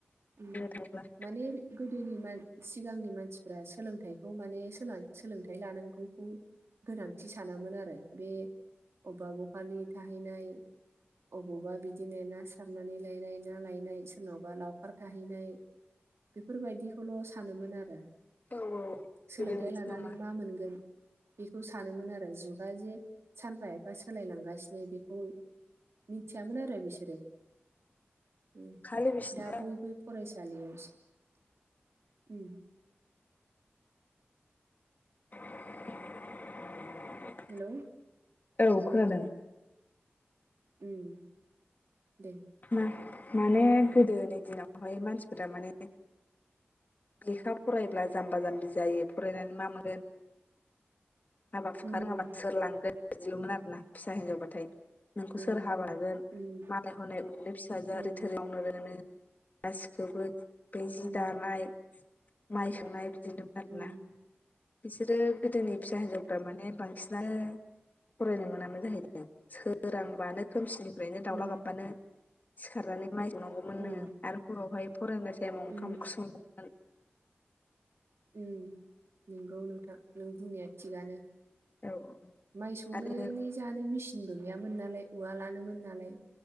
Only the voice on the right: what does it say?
उम
माने गोदोनि मान सिगांनि मानसिफ्रा सोलोंथाइखौ माने सोलां-सोलोंथाइ लानांगौखौ गोनांथि सानामोन आरो। बे अबेबा बखालि थाहैनाय अबावबा बिदिनो ना सारनानै लायनाय ना लायनाय सोरनावबा लावखार थाहैनाय। बेफोरबायदिखौल' सानोमोन आरो।
सोलोंथाइ
लानानै मा मोनगोन बेखौ सानोमोन आरो जुगा जे सानफा एफा सोलाय लांगासिनो बेखौ मिथियामोन आरो बिसोरो। उम
दा बयबो फरायसालियावसो
हेल'!
उम दे।
उम
उम
उम
उम
उम
उम
उम
उम
उम
उम
उम नंगौ नोंथां, नों बुंनाया थिगानो।
माइ सौनोनानै
जानो मेसिनबो गैयामोन नालाय उवा लानोमोन नालाय